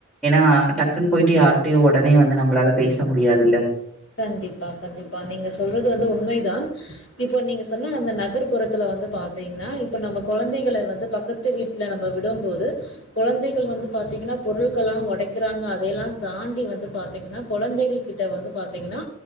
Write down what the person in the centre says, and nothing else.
ஏனா டக்குன்னு போய்ட்டு யார்கிட்டயு உடனே வந்து நம்ளால பேச முடியாதுல்ல